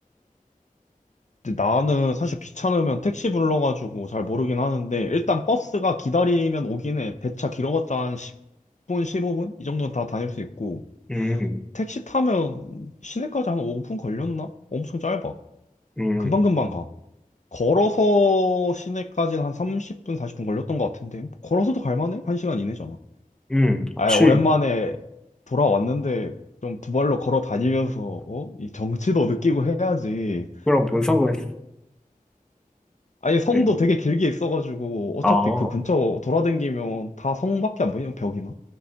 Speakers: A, on the left; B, in the centre.
A: 근데 나는 사실 귀찮으면 택시 불러가지고 잘 모르긴 하는데, 일단 버스가 기다리면 오긴 해. 배차 길어봤자 한 10분, 15분? 이 정도는 다 다닐 수 있고,
B: 음,
A: 택시 타면 시내까지 한 5분 걸렸나? 엄청 짧아.
B: 음,
A: 금방금방 가. 걸어서 시내까지는 한 30분, 40분 걸렸던 것 같은데. 걸어서도 갈만해? 한시간 이내잖아.
B: 음,
A: 아,
B: 그치.
A: 오랜만에 돌아왔는데 좀 두 발로 걸어 다니면서 어? 이 정취도 느끼고 해야지.
B: 그거랑 뭔 상관?
A: 아니, 성도
B: 네.
A: 되게 길게 있어가지고 어차피
B: 아,
A: 그 근처 돌아다니면 다 성밖에 안 보이면 벽이나?